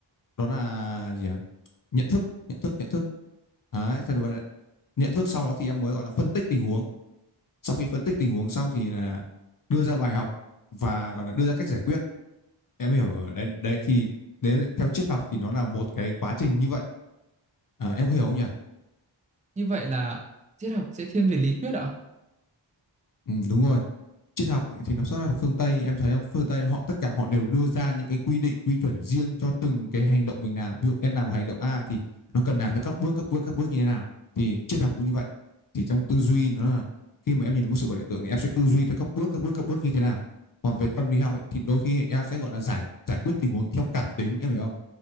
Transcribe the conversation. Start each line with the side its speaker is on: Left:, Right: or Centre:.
Left: đó là gì ạ nhận thức nhận thức nhận thức đấy thật nhận thức sau đó thì em mới gọi là phân tích tình huống sau khi phân tích tình huống xong thì là đưa ra bài học và gọi là đưa ra cách giải quyết em hiểu đấy đấy thì nếu theo triết học thì nó là một cái quá trình như vậy à, em có hiểu không nhỉ
Right: Như vậy là triết học sẽ thiên về lý thuyết ạ?
Left: ừ, đúng rồi triết học ấy, thì nó xuất ra từ phương Tây em thấy không phương Tây họ tất cả họ đều đưa ra những cái quy định quy chuẩn riêng cho từng cái hành động mình làm ví dụ em làm một hành động A thì nó cần làm ra các bước các bước các bước như thế nào thì triết học cũng như vậy thì trong tư duy nó là khi mà em nhìn thấy một sự vật hiện tượng thì em sẽ tư duy theo các bước các bước các bước như thế nào còn về tâm lý học ấy, thì đôi khi em sẽ gọi là giải giải quyết tình huống theo cảm tính em hiểu không